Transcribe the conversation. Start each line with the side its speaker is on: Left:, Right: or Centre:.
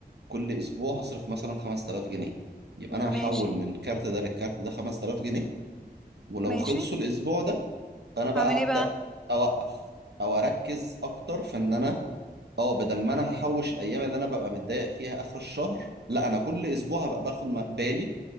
Right: كل اسبوع هصرف مثلا 5000 جنيه يبقى انا هحول
Centre: ماشي
Right: من الكارت ده للكارت ده 5000 جنيه ولو
Centre: ماشي
Right: خلصوا الاسبوع ده فانا بقى
Centre: هعمل ايه
Right: هبدا
Centre: بقى
Right: اوقف او اركز اكتر في ان انا اه بدل ما انا هحوش الايام اللي انا ببقى متضايق فيها اخر الشهر لا انا كل اسبوع هبقى باخد م- بالي